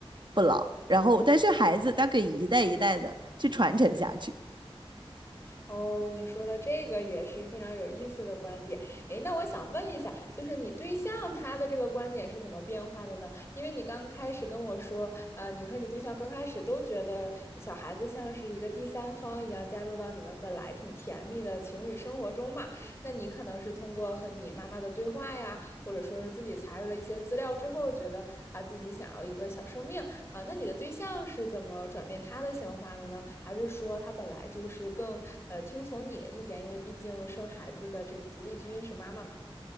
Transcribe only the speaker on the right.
不老，然后但是孩子他可以一代一代的去传承下去。